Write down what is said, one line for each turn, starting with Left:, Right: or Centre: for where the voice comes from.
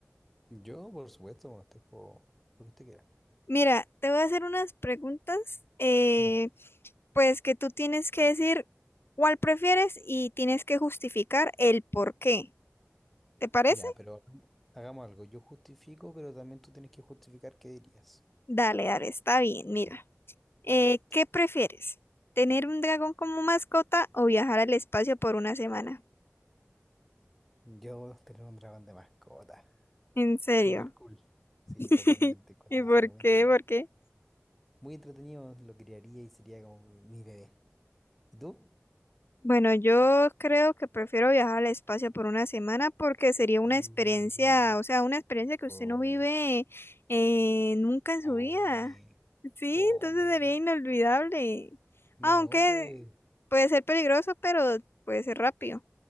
Centre: Yo, por supuesto, bueno, este juego, lo que usted quiera.
Left: Mira, te voy a hacer unas preguntas, eh,
Centre: Mm.
Left: pues que tú tienes que decir cuál prefieres y tienes que justificar el por qué. ¿Te parece?
Centre: Ya, pero hagamos hagamos algo. Yo justifico, pero también tú tienes que justificar qué dirías.
Left: Dale, dale, está bien. Mira,
Centre: Ya.
Left: eh,
Centre: Perfecto.
Left: ¿qué prefieres? ¿Tener un dragón como mascota o viajar al espacio por una semana?
Centre: Yo tener un dragón de mascota.
Left: En serio.
Centre: Súper cool. Sí,
Left: <laughs>
Centre: totalmente. Encuentro
Left: ¿Y
Centre: que
Left: por
Centre: sería muy
Left: qué?
Centre: entretenido.
Left: ¿Por qué?
Centre: Muy entretenido, lo criaría y sería como mi, mi bebé. ¿Y tú?
Left: Bueno, yo creo que prefiero viajar al espacio por una semana porque sería una
Centre: Mm.
Left: experiencia, o sea, una experiencia que
Centre: Come,
Left: usted no vive eh, nunca
Centre: come,
Left: en su vida. Sí,
Centre: come.
Left: entonces sería inolvidable.
Centre: No,
Left: Aunque
Centre: pues.
Left: puede ser peligroso, pero puede ser rápido.